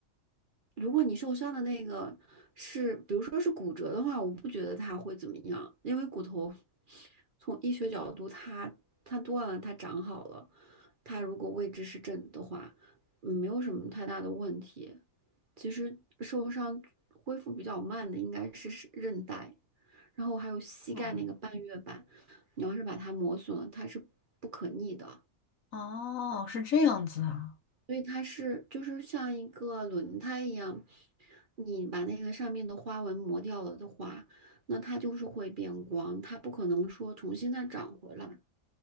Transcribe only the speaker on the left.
<laughs> 嗯，
哦，是这样子啊。